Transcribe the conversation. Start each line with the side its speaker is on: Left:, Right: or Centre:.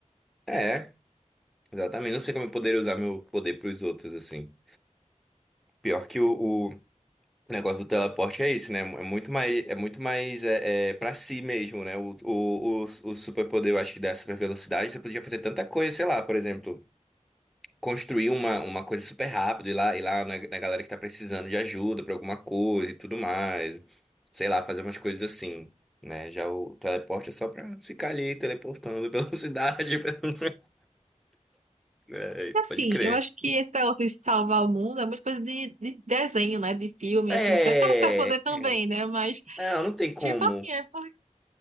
Centre: É, exatamente. Não sei como eu poderia usar meu poder pros outros, assim. Pior que o, o negócio do teleporte é isso, né? É muito mais, é muito mais é, é, pra si mesmo, né? O, o, o, o superpoder, eu acho que da super velocidade, você podia fazer tanta coisa, sei lá, por exemplo. construir uma, uma coisa super rápido, ir lá, ir lá na, na galera que tá precisando de ajuda pra alguma coisa e tudo mais. Sei lá, fazer umas coisas assim, né? Já o teleporte é só pra ficar ali teleportando pela <laughs> cidade. pelo- É,
Right: Assim,
Centre: pode crer.
Right: eu acho que esse negócio de salvar o mundo é muita coisa de, de desenho, né? De filme,
Centre: É.
Right: assim. Isso é claro que você vai poder também,
Centre: é.
Right: né? Mas,
Centre: Não, não tem como.
Right: tipo assim, é, por-